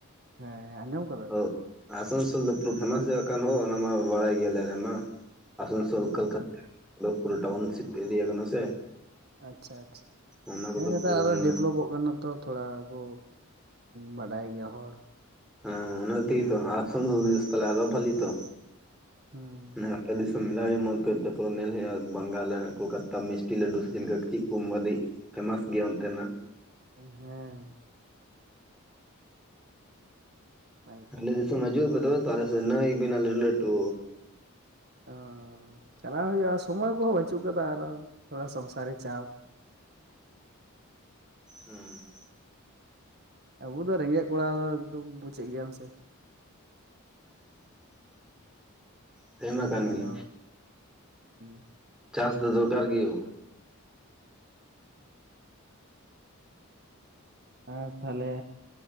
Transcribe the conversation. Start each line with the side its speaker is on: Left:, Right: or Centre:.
Right: ᱦᱮᱸ ᱦᱮᱸ ᱟᱸᱡᱚᱢ ᱟᱠᱟᱫᱟ᱾
Centre: ᱚ ᱟᱥᱟᱱᱥᱳᱞ ᱫᱚ ᱯᱩᱨᱟ ᱯᱷᱮᱢᱟᱥ ᱡᱟᱭᱜᱟ ᱠᱟᱱ ᱦᱳ ᱚᱱᱟ ᱢᱟ ᱵᱟᱲᱟᱭ ᱜᱮᱭᱟᱞᱮ ᱟᱞᱮ ᱢᱟ᱾ ᱟᱥᱟᱱᱥᱳᱞ
Right: ᱚ
Centre: ᱠᱚᱞᱠᱟᱛᱟ ᱯᱩᱨᱟ ᱴᱟᱣᱩᱱᱥᱯᱤᱯ ᱮᱨᱤᱭᱟ ᱠᱟᱱᱟ ᱥᱮ᱾
Right: ᱟᱪᱪᱷᱟ ᱟᱪᱪᱷᱟ
Centre: ᱚᱱᱟ ᱠᱚᱫᱚ
Right: ᱦᱮᱸ ᱱᱮᱛᱟᱨ
Centre: ᱯᱩᱨᱟᱹ
Right: ᱟᱨᱚ
Centre: ᱫᱚ ᱢᱟᱱᱮ
Right: ᱰᱮᱵᱷᱞᱚᱯᱚᱜ ᱠᱟᱱᱟ ᱛᱚ᱾ ᱛᱷᱚᱲᱟ ᱠᱚ ᱵᱟᱰᱟᱭ ᱜᱮᱭᱟ ᱦᱚᱲ᱾
Centre: ᱦᱮᱸ ᱚᱱᱟ ᱛᱮ ᱜᱮ ᱛᱚ ᱟᱥᱟᱱᱥᱳᱞ <unintelligible> ᱛᱟᱦᱚᱞᱮ ᱟᱨᱳ ᱵᱷᱟᱞᱤ ᱛᱚ᱾
Right: ᱦᱩᱸ
Centre: ᱢᱟᱱᱮ ᱟᱯᱮ ᱰᱤᱥ <unintelligible> ᱦᱮᱞᱟᱜ ᱦᱚᱭᱚᱜᱼᱟ ᱢᱚᱡ ᱠᱚᱛ ᱛᱮ ᱛᱟᱨᱯᱚᱨᱮ ᱧᱮᱞ ᱦᱩᱭᱩᱜᱼᱟ ᱵᱟᱝᱜᱟᱞ ᱨᱮᱱᱟᱜ ᱠᱚᱞᱠᱟᱛᱟ ᱢᱤᱥᱴᱤ ᱞᱟᱹᱰᱩ ᱥᱮ ᱪᱮᱫ ᱞᱮᱠᱟ ᱪᱮᱫ ᱠᱚᱢ ᱵᱟᱫᱮ ᱯᱷᱮᱢᱟᱥ ᱜᱮᱭᱟ ᱚᱱᱛᱮᱱᱟᱜ᱾
Right: ᱦᱮᱸ <unintelligible>
Centre: ᱟᱞᱮ ᱫᱤᱥᱚᱢ ᱦᱟᱡᱩᱜ ᱟᱯᱮ ᱛᱚᱵᱮ ᱛᱚ ᱟᱞᱮ ᱥᱮᱜ ᱱᱟᱹᱭ ᱢᱮᱱᱟᱜ ᱞᱟᱹᱴᱩ ᱞᱟᱹᱴᱩ᱾
Right: ᱚ ᱪᱟᱞᱟᱣ ᱦᱩᱭᱩᱜᱼᱟ ᱥᱚᱢᱚᱭ ᱠᱚᱦᱚᱸ ᱵᱟᱹᱪᱩᱜ ᱠᱟᱫᱟ ᱟᱨᱚ ᱛᱷᱚᱲᱟ ᱥᱚᱝᱥᱟᱨᱤ ᱪᱟᱯ᱾
Centre: ᱦᱩᱸ
Right: ᱟᱵᱚ ᱫᱚ ᱨᱮᱸᱜᱮᱡ ᱠᱚᱲᱟ ᱫᱚ ᱮᱠᱫᱚᱢ ᱵᱩᱡᱮᱜ ᱜᱮᱭᱟᱢ ᱥᱮ᱾
Centre: ᱥᱮᱨᱢᱟ ᱠᱟᱱ
Right: ᱦᱮᱞᱳ
Centre: ᱜᱮ
Right: ᱦᱩᱸ᱾
Centre: ᱪᱟᱥ ᱫᱚ ᱫᱚᱨᱠᱟᱨ ᱜᱮᱭᱚ᱾
Right: ᱦᱮᱸ ᱛᱟᱦᱚᱞᱮ